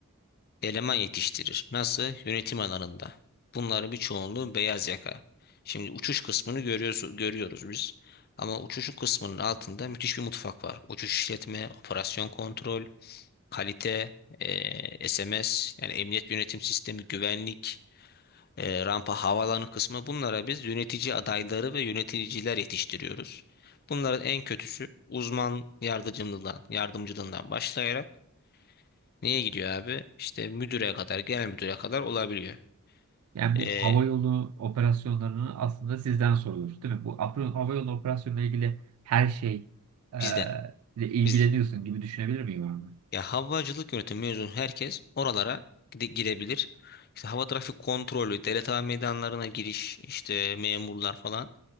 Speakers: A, on the left; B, on the right.
A: eleman yetiştirir. Nasıl? Yönetim alanında. Bunların bir çoğunluğu beyaz yaka. Şimdi uçuş kısmını görüyoruz, görüyoruz biz. Ama uçuşun kısmının altında müthiş bir mutfak var. Uçuş işletme, operasyon kontrol, kalite, eee, SMS, yani emniyet yönetim sistemi, güvenlik, eee, rampa, havaalanı kısmı bunlara biz yönetici adayları ve yöneticiler yetiştiriyoruz. Bunların en kötüsü uzman yardımcılığından, yardımcılığından başlayarak Niye gidiyor abi? İşte müdüre kadar, genel müdüre kadar olabiliyor.
B: Yani
A: Ee,
B: bu hava yolu operasyonlarını aslında sizden sorulur, değil mi? Bu apro- hava yolu operasyonuyla ilgili her şey e,
A: bizden.
B: ile ilgileniyorsun
A: Biz.
B: gibi düşünebilir miyim abi?
A: Ya havacılık yönetimi mezun herkes oralara gide- girebilir. İşte hava trafik kontrolü, devlet hava meydanlarına giriş, işte memurlar falan.